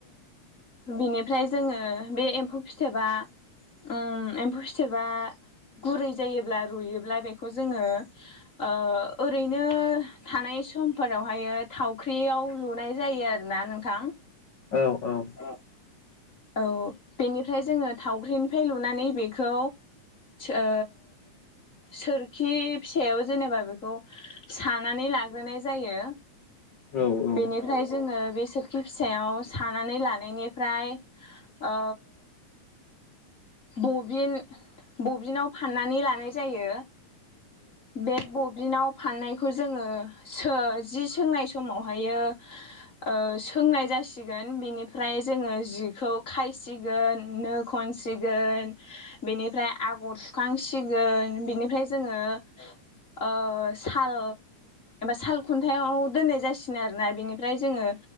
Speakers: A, on the left (about 25°); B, on the left (about 40°).
A: बिनिफ्राय जोङो बे एम्फौ फिथोबा ओ एम्फौ फिथोबा गुरै जायोब्ला रुयोब्ला बेखौ जोङो ओ ओरैनो थानाय समफोरावहाय थावख्रियाव लुनाय जायो आरोना नोंथां
B: औ औ
A: <unintelligible> औ बेनिफ्राय जोङो थावख्रिनिफ्राय लुनानै बेखौ ओ सोरखि फिसायाव जेनेबा बेखौ सानानै लाग्रोनाय जायो।
B: औ औ
A: बेनिफ्राय जोङो बे सोरखि फिसायाव सानानै लानायनिफ्राय ओ बबिन बबिनाव फाननानै लानाय जायो। बे बबिनाव फाननायखौ जोङो सो जि सोंनाय समावहायो ओ सोंनाय जासिगोन बिनिफ्राय जोङो जि खायसिगोन नो खनसिगोन बेनिफ्राय आगर सुखांसिगोन बेनिफ्राय जोङो ओ साल साल खुन्थायाइाव दोननाय जासिगोनन आरोना बेनिफ्राय जोङो